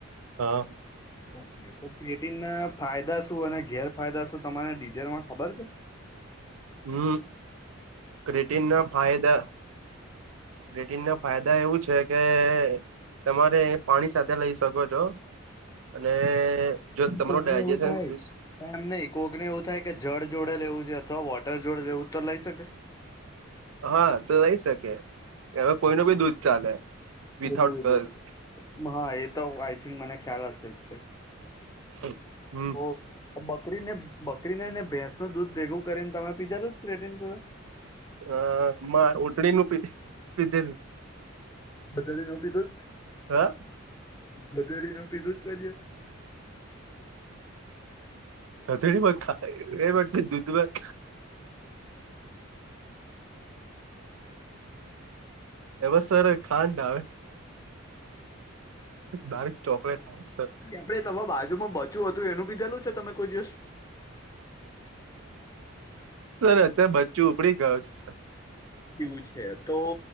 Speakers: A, on the right (about 80°); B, on the left (about 15°).
A: હ.
B: ઓકે. એ તો પ્રેટીન ના ફાયદા શું અને ગેરફાયદા શું તમાને ડીટેલમાં ખબર છે? <inaudible>
A: હમ ક્રેટીન ના ફાયદા ડ્રેટીન ના ફાયદા એવું છે કે તમારે પાણી સાથે લઈ શકો છો. અને જો
B: પણ
A: તમરો
B: કોકને
A: ડાયજેશન
B: એવું થાય
A: સ્વીસ
B: પણ એમ નહીં કોક ને એવું થાય કે જળ જોડે લેવું છે અથવા વોટર જોડે લેવું તો લઈ શકે?
A: હ તો લઈ શકે હવે કોઈ નુ ભી દૂધ ચાલે.
B: બનાવી
A: વિથઆઉટ ગર્લ્સ
B: દે છે મ હા એ તો આઈ થિંક મને ખ્યાલ હશે જ
A: અ હમ
B: બો બકરી ને બકરીને ને ભેંસ નું દૂધ ભેગું કરીન તમે પીજા જો પ્રેટીન જોળે.
A: અ માં ઉટળી નું પી પીધેલ.
B: ગધેડી નુ પીધુ?
A: હા
B: ગધેડીનું પીધું સ કો દિસ?
A: ગધેડી મ ખા એ મ દુદ દુધમાં એ બસ સર ખાંડ આવે બારીક ચોકલેટ સર
B: અ તમા બાજુમાં બચ્યું હતું એનું બીધાલું છે તમે કોઈ દિવસ
A: સર અત્યારે બચ્ચું ઉપડી ગયો છે સર
B: એવું છે તો